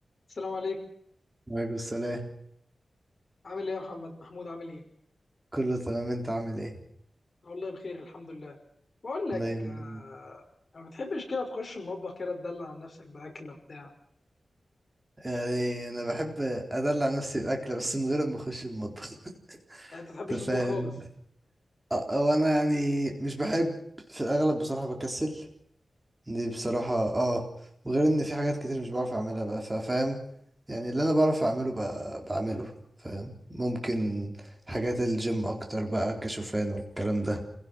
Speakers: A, on the left; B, on the right.
A: السلام عليكم
B: وعليكم السلام
A: عامل ايه يا محمد محمود عامل ايه
B: كله تمام انت عامل ايه
A: أنا والله بخير الحمد لله بقول لك
B: دايما
A: آه
B: يعني
A: ما بتحبش كده تخش المطبخ كده تدلع عن نفسك باكله بتاع
B: يعني انا بحب ادلع نفسي باكله بس من غير ما اخش المطبخ <laughs>
A: يعني انت بتحبش
B: انت
A: تطبخ
B: فاهم
A: خالص
B: اه، هو انا يعني مش بحب في الاغلب بصراحه بكسل دي بصراحه اه وغير ان في حاجات كتير مش بعرف اعملها بقى فا- فاهم يعني اللي انا بعرف اعمله ب- بعمله فاهم ممكن حاجات الجيم اكتر بقى كشوفان والكلام ده